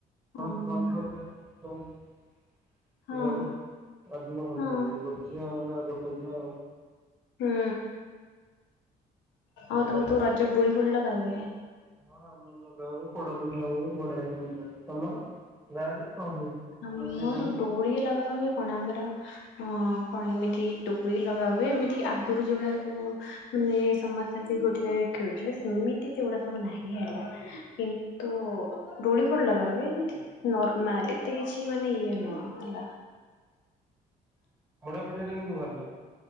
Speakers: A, on the right (about 15°); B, on the left (about 75°).
A: ସମସ୍ତେ
B: ଉଁ
A: ଭଲ ପାଉଥିବେ ତ ତୋମକୁ
B: ହଁ
A: ଘରେ? ଅଧିକ ଭଲ
B: ହଁ
A: ପାଉଥିବେ ଗୋଟେ ଝିଅ ନା ଗୋଟେ ଝିଅ।
B: ହୁଁ,
A: କଣ
B: ଆଉ ତୋମେ
A: କରିବେ।
B: ତୁ ରଜରେ ଦୋଳି ଫୋଳି ଲଗା ହୁଏ?
A: ହଁ ଆମର ଲଗାହୁଏ। ପୋଡ ପିଠା ହୁଏ। ବଢିଆ ସେ ଏନଞ୍ଜୟ। ତୋମର ଗାଁ ରେ କଣ ହୁଏ?
B: ଆମର
A: ମତେ କହୁନୁ
B: ଡୋଳି ଲଗା ହୁଏ କଣ ଆମର ଅଁ, କଣ ଏମିତି ଡୁଳି ଲଗା ହୁଏ। ଏମିତି ଆଗରୁ ଯୋଉଭଳିଆ ସବୁ ମାନେ ସମସ୍ତେ ଆସି ଗୋଟେ ଜାଗାରେ ଖେଳୁଥିଲେ ସେମିତି ସେଗୁଡ଼ା ସବୁ ନାହିଁ ହେଲା। କିନ୍ତୁ ଦୋଳି ଫୋଳି ଲଗା ହୁଏ ଏମିତି ନର୍ମାଲି। ଏତେ କିଛି ମାନେ ଇଏ ନୁହଁ ହେଲା।
A: ପୋଡପିଠା <unintelligible> ଭଲ୍